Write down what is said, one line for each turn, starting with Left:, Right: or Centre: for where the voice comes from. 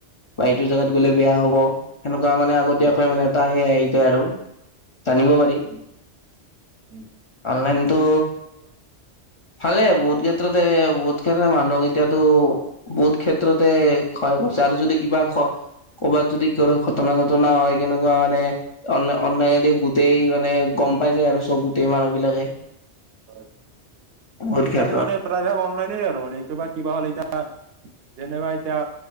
Left: বা এইটো জেগাত গ'লে বেয়া হ'ব। সেনেকুৱা মানে আগতীয়াকৈ
Right: উম
Left: মানে এটা সে আৰু জানিব পাৰি।
Right: উম উম
Left: অনলাইনটো ভালে, বহুত ক্ষেত্ৰতে বহুত ক্ষেত্ৰতে মানুহক এতিয়াতো বহুত ক্ষেত্ৰতে সহায় কৰিছে, আৰু যদি কিবা ক'ৰবাত যদি কৰা ঘটনা চটনা হয় কেনেকুৱা মানে, অনলাই অনালাইনেদি গোটেই
Right: উম
Left: মানে গ'ম পাই যায় আৰু চব গোটেই মানুহ বিলাকে।
Right: হয়।
Left: বহুত
Right: আজিকালি
Left: ক্ষেত্ৰত
Right: মানে প্ৰায়ভাগ অনলাইনে আৰু, মানেটো কিবা হ'লে এতিয়া যেনেবা এতিয়া